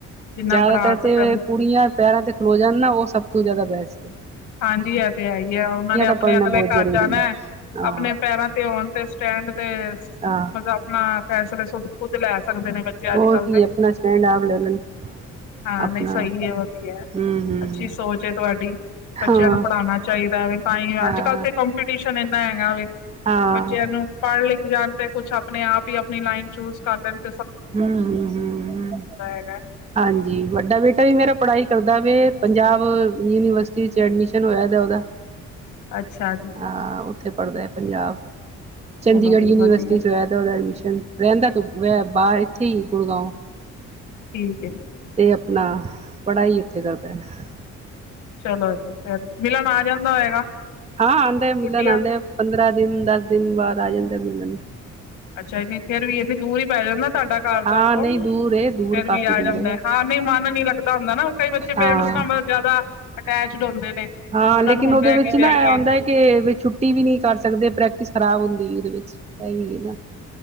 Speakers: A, on the left (about 80°); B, on the right (about 20°).
A: ਜਿੰਨਾ
B: ਜ਼ਿਆਦਾਤਰ
A: ਪੜ੍ਹਾ ਸਕਣ
B: ਤੇ ਕੁੜੀਆਂ ਪੈਰਾਂ ਤੇ ਖਲੋ ਜਾਣ ਨਾ ਉਹ ਸਭ ਤੋਂ ਜ਼ਿਆਦਾ ਬੈਸਟ ਤੇ
A: ਹਾਂਜੀ ਇਹ ਤੇ ਹੈ ਹੀ ਆ ਉਹਨਾਂ ਨੇ ਆਪਣੇ
B: ਪੜ੍ਹਨਾ
A: ਅਗਲੇ
B: ਬਹੁਤ
A: ਘਰ
B: ਜ਼ਰੂਰੀ
A: ਜਾਣਾ ਹੈ
B: ਹਾਂ
A: ਆਪਣੇ ਪੈਰਾਂ ਤੇ ਹੋਣ ਤੇ ਸਟੈਂਡ ਤੇ ਮਤਲਬ
B: ਹਾਂ
A: ਆਪਣਾ ਫੈਸਲੇ ਸ਼ੂ ਕੁਝ ਸਕਦੇ ਨੇ ਬੱਚੇ ਅੱਜ
B: ਹੋਰ
A: ਕੱਲ
B: ਕੀ
A: ਦੇ
B: ਆਪਣਾ ਸਟੈਂਡ ਆਪ ਲੈ ਲੈਣ
A: ਹਾਂ
B: ਆਪਣਾ
A: ਨਹੀਂ ਸਹੀ ਹੈ ਵਧੀਆ
B: ਹੂੰ ਹੂੰ
A: ਅੱਛੀ ਸੋਚ ਹੈ ਤੁਹਾਡੀ। ਬੱਚਿਆਂ
B: ਹਾਂ
A: ਨੂੰ ਪੜ੍ਹਾਉਣਾ ਚਾਹੀਦਾ ਵ ਤਾਂ ਹੀ
B: ਹਾਂ
A: ਅੱਜ ਕੱਲ ਤੇ ਕੰੋਂਪੀਟੀਸ਼ਨ ਏਨਾ ਹੈਗਾ ਵੀ
B: ਹਾਂ
A: ਬੱਚਿਆਂ ਨੂੰ ਪੜ੍ਹ ਲਿਖ ਜਾਣ ਤੇ ਕੁਛ ਆਪਣੇ ਆਪ ਹੀ ਆਪਣੀ ਲਾਈਨ ਚੂਸ ਕਰ ਲੈਂਦੇ
B: ਹੂ ਹੂ ਹੂ
A: ਹੈਗਾ
B: ਹਾਂਜੀ ਵੱਡਾ ਬੇਟਾ ਵੀ ਮੇਰਾ ਪੜ੍ਹਾਈ ਕਰਦਾ ਵੇ ਪੰਜਾਬ ਯੂਨੀਵਰਸਿਟੀ ਚ ਐਡਮਿਸ਼ਨ ਹੋਇਆ ਉਹਦਾ।
A: ਅੱਛਾ ਜੀ।
B: ਹਾਂ ਉੱਥੇ ਪੜ੍ਹਦਾ ਹੈ ਪੰਜਾਬ ਚੰਡੀਗੜ੍ਹ
A: ਚਲੋ ਜੀ
B: ਯੂਨੀਵਸਿਟੀ
A: ਵਧੀਆ
B: ਹੋਇਆ ਉਹਦਾ ਐਡਮਿਸ਼ਨ ਰਹਿੰਦਾ ਤੂੰ ਵੈ ਬਾਹ ਇੱਥੇ ਹੀ ਗੁੜਗਾਓ
A: ਹਮ
B: ਤੇ ਆਪਣਾ ਪੜ੍ਹਾਈ ਉੱਥੇ ਕਰਦਾ ਹੈ।
A: ਚਲੋ ਜੀ। ਫਿਰ ਮਿਲਣ ਆ ਜਾਂਦਾ ਹੋਏਗਾ
B: ਹਾਂ ਆਉਂਦੇ
A: ਛੁੱਟੀਆਂ
B: ਮਿਲਣ ਆਉਂਦੇ ਪੰਦਰਾਂ ਦਿਨ ਦਸ ਦਿਨ ਬਾਅਦ ਆ ਜਾਂਦੇ। <unintelligible>
A: ਅੱਛਾ ਇਹ ਨਹੀਂ ਫੇਰ ਵੀ ਇਹਨੀ, ਦੂਰ ਹੀ ਪੈ ਜਾਂਦਾ ਤੁਹਾਡਾ ਕਾਰਵ
B: ਹਾਂ
A: ਤੇ ਉੱਥੋਂ
B: ਨਹੀਂ ਦੂਰ ਏ ਦੂਰ
A: ਫਿਰ
B: ਕਾਫ਼ੀ
A: ਵੀ ਆ
B: ਦੂਰ
A: ਜਾਂਦਾ
B: ਏ
A: ਹਾਂ ਨਹੀਂ ਮਨ ਨੀ ਲੱਗਦਾ ਹੁੰਦਾ ਨਾ ਕਈ ਬੱਚੇ
B: ਹਾਂ
A: ਪੇਰੈਂਟਸ ਨਾਲ ਜ਼ਿਆਦਾ ਪੈਚਡਉਂਦੇ ਨੇ,
B: ਹਾਂ
A: ਉਹਨਾਂ
B: ਲੇਕਿਨ
A: ਨੂੰ ਹੁੰਦਾ
B: ਉਹਦੇ
A: ਹੈ
B: ਵਿੱਚ
A: ਕਿ ਜਾਈਏ
B: ਨਾ ਇਹ ਹੁੰਦਾ ਕਿ ਛੁੱਟੀ ਵੀ ਨਹੀਂ ਕਰ ਸਕਦੇ ਪ੍ਰੈਕਟਿਸ ਖਰਾਬ ਹੁੰਦੀ ਐਂ। ਵਿੱਚ ਇਹ ਵੀ ਹੈ ਨਾ,